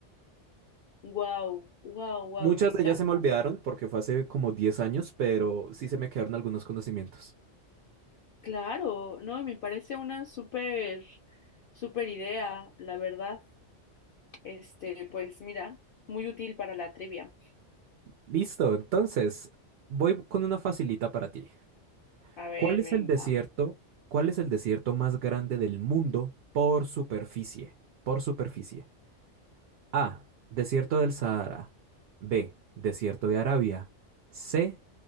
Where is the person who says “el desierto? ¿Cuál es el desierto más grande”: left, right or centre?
Right